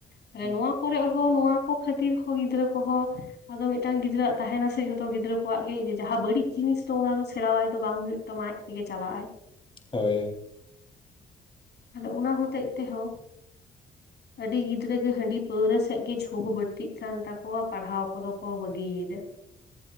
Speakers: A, on the left; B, on the left.
A: ᱛᱮ
B: ᱦᱮᱸ
A: ᱱᱚᱣᱟ ᱠᱚ ᱨᱮ ᱦᱚᱸ ᱱᱚᱣᱟ ᱠᱚ ᱠᱷᱟᱹᱛᱤᱨ ᱦᱚᱸ ᱜᱤᱫᱽᱨᱟᱹ ᱠᱚᱦᱚᱸ ᱟᱫᱚ ᱢᱤᱫ ᱴᱟᱝ ᱜᱤᱫᱽᱨᱟᱹ ᱣᱟᱜ ᱛᱟᱦᱮᱱᱟ ᱥᱮ ᱡᱷᱚᱛᱚ ᱜᱤᱫᱽᱨᱟᱹ ᱠᱚᱣᱟᱜ ᱜᱮ ᱡᱟᱦᱟᱸ ᱵᱟᱹᱲᱤᱡ ᱡᱤᱱᱤᱥ ᱛᱚ ᱚᱱᱟ ᱫᱚ ᱥᱮᱬᱟᱣᱟᱭ ᱫᱚ ᱵᱟᱝ ᱦᱩᱭᱩᱜ ᱛᱟᱢᱟ ᱛᱮᱜᱮ ᱪᱟᱞᱟᱜ-ᱟᱭ
B: ᱦᱳᱭ ᱦᱳᱭ
A: ᱛᱟᱦᱚᱞᱮ ᱚᱱᱟ ᱦᱚᱛᱮᱡ ᱛᱮᱦᱚᱸ ᱟᱹᱰᱤ ᱜᱤᱫᱽᱨᱟᱹ ᱜᱮ ᱦᱟᱺᱰᱤ ᱯᱟᱹᱣᱨᱟᱹ ᱥᱮᱫ ᱜᱮ ᱡᱷᱳᱠ ᱵᱟᱹᱲᱛᱤᱜ ᱠᱟᱱ ᱛᱟᱠᱚᱣᱟ ᱯᱟᱲᱦᱟᱣ ᱠᱚ ᱫᱚ ᱠᱚ ᱵᱟᱹᱜᱤ ᱭᱮᱫᱟ